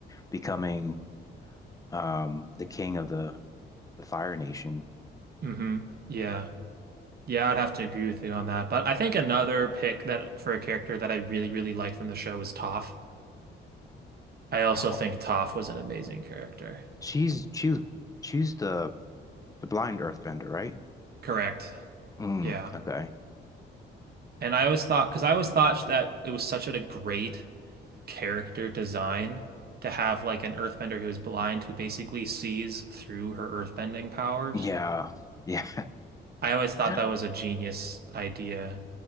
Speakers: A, on the left; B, on the right.
A: becoming um, the king of the, the Fire Nation.
B: Mm-hmm. Yeah. Yeah, I'd have to agree with you on that. But I think another pick that for a character that I really, really liked from the show was Toph. I also
A: Ta-
B: think Toph was an amazing character.
A: She's choose choose the the blind earthbender, right?
B: Correct.
A: Mm,
B: Yeah.
A: okay.
B: And I always thought, because I always thought that it was such a great character design to have like an earthbender who is blind who basically sees through her earthbending powers.
A: Yeah. Yeah.
B: I always thought that was
A: <laughs>
B: a genius idea